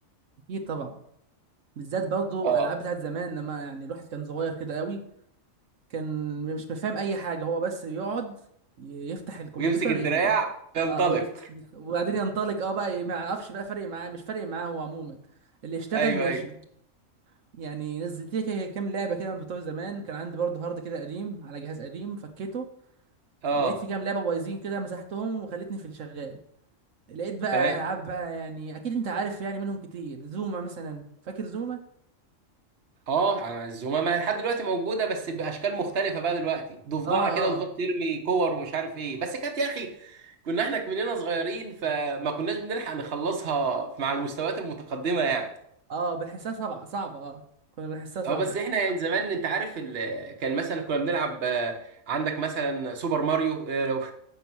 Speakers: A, on the right; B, on the right.
A: اكيد طبعا بالذات برضه
B: اه
A: العاب بتاعت زمان لما يعني الواحد كان صغير كده قوي كان مش مفهم اي حاجه هو بس يقعد ي- يفتح الكمبيوتر
B: ويمسك الدراع
A: ي...
B: وينطلق
A: آه، او يفتح وبعدين ينطلق اه بقى ي- ما يعرفش بقى فارق معاه مش فارق معاه هو عموما اللي يشتغل
B: ايوه
A: ماشي
B: ايوه
A: يعني نزلت لي كده كام لعبه كده من بتوع زمان كان عندي برضه هارد كده قديم على جهاز قديم فكيته
B: اه
A: لقيت في كام لعبه بايظين كده مسحتهم وخلتني في الشغال لقيت بقى
B: تمام
A: العاب بقى يعني اكيد انت عارف يعني منهم كتير زوما مثلا فاكر زوما
B: اه الزمامه يعني لحد دلوقتي موجوده بس باشكال مختلفه بقى دلوقتي ضفدعه
A: اه
B: كده
A: اه
B: وتفضل ترمي كور ومش عارف ايه بس كانت يا اخي كنا احنا مننا صغيرين فما كناش بنلحق نخلصها مع المستويات المتقدمه يعني
A: اه بنحسها صعبه صعبه اه كنا بنحسها صعبه
B: اه بس احنا يعني زمان انت عارف ال... كان مثلا كنا بنلعب آه، عندك مثلا سوبر ماريو آه، لو